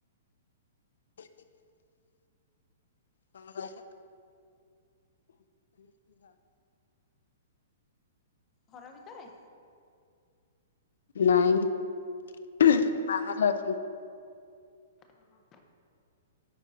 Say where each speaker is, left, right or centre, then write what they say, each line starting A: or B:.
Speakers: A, on the left; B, on the left.
A: <unintelligible> କଣ କହିଲେ?
B: ଘର ଭିତରେ।
A: ନାଇଁ ବାହାରେ ଅଛି।
B: ଓହୋ।